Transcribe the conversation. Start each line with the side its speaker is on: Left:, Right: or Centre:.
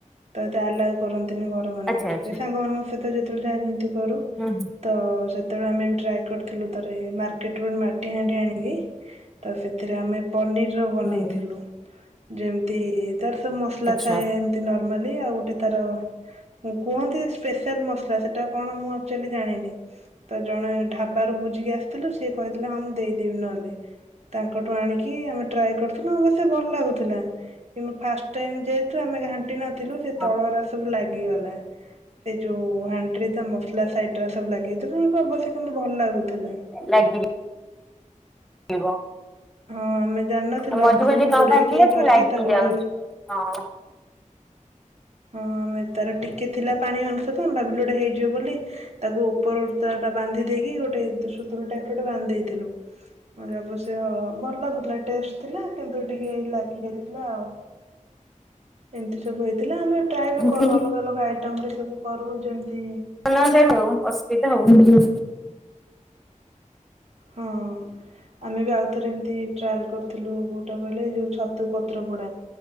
Right: ତ ଆଲାଉ କରନ୍ତିନି ଘର ମାନଙ୍କରେ।
Centre: ଆଚ୍ଛା ଆଚ୍ଛା
Right: ସାଙ୍ଗମାନାନଙ୍କ ସହିତ ଯେତେବେଳେ ଯାହା କେମିତି କରୁ।
Centre: ହୁଁ
Right: ତ ସେତେବେଳେ ଆମେ ବି ଟ୍ରାଏ କରିଥିଲୁ ଥରେ, ମାର୍କେଟରୁ ମାଟି ହାଣ୍ଡି ଆଣିକି। ତ ସେଥିରେ ଆମେ ପନିରର ବନେଇଥିଲୁ,
Centre: ହୁଁ
Right: ଯେମିତି ତାର ମସଲା
Centre: ଆଚ୍ଛା
Right: ଥାଏ ଏମତି ନର୍ମାଲି ଆଉ ଗୋଟେ ତାର, କୁହନ୍ତି ସ୍ପେଶାଲ ମସ ଲା ସେଟା କଣ ମୁଁ ଆକ୍ଚୁଆଲି ଜାଣିନି, ତ ଜଣେ ଢାବାରୁ ବୁଝିକି ଆସିଥିଲୁ ସିଏ କହି ଥିଲା ହଁ ମୁଁ ଦେଇଦେବି ନହେଲେ, ତାଙ୍କଠୁ ଆଣିକି ଆମେ ଟ୍ରାଏ କରିଥିଲୁ ଅବଶ୍ୟ ଭଲ ଲାଗୁଥିଲା। କିନ୍ତୁ ଫାଷ୍ଟ ଟାଇମ୍ ଯେ ଆମେ ଘାଣ୍ଟି ନଥିଲୁ ସେ
Centre: ଖାଇବାକୁ
Right: ତଳରା ସବୁ ଲାଗିଗଲା, ସେ ଯୋଉ ହାଣ୍ଡିରେ ତା ମ ଲା ସାଇଟ୍ ର ସବୁ ଲାଗିଥିଲା, ତ ଅବଶ୍ୟ କିନ୍ତୁ ଭଲ ଲାଗୁଥିଲା।
Centre: ଲାଗୁଚି <unintelligible> ହୁଁ,
Right: ହଁ ଆମେ ଜାଣିନଥିଲୁ
Centre: ଆଉ ମଝି
Right: ଆମେ
Centre: ମଝିରେ
Right: ସବୁ
Centre: ନ
Right: ପୂରେଇକି
Centre: ଘାଣ୍ଟିଲେ
Right: ଇଏ
Centre: ସେ
Right: କରିକି
Centre: ଲାଗି
Right: ତାକୁ ଗୋଟେ
Centre: ଯାଉଛି। ହଁ।
Right: ହଁ ଆମେ, ତାର ଟିକେ ଥିଲା ପାଣି ଅଂଶ ତ ଆମ ଭାବିଲୁ ଗୋଟେ ହେଇଯିବ ବୋଲି ତାକୁ ଉପର ତାର ଟା ବାନ୍ଧି ଦେଇକି ଗୋଟେ ସୁତୁଲି ଟାଇପର ଗୋଟେ ବାନ୍ଧି ଦେଇଥିଲୁ। ଅବଶ୍ୟ ଭଲ ଲାଗୁଥିଲା, ଟେଷ୍ଟ ଥିଲା କିନ୍ତୁ ଟିକେ ଲାଗିଯାଇଥିଲା ଆଉ। ଏମିତି ସବୁ ହେଇଥିଲା, ଆମେ ଟ୍ରାଏ ବି କରୁ
Centre: ହଁ
Right: ଅଲଗା ଅଲଗା ଆଇଟମରେ ସବୁ କରୁ, ଯେମିତି
Centre: <unintelligible> ହଉ ଅସୁବିଧା ଆଉ।
Right: ହଁ, ଆମେ ବି ଆଉଥରେ ଏମିତି ଟ୍ରାଏଲ୍ କରିଥିଲୁ, କୋଉଟା କହିଲେ? ଏ ଯୋଉ ଛତୁ ପ ତ୍ର ପୋଡା,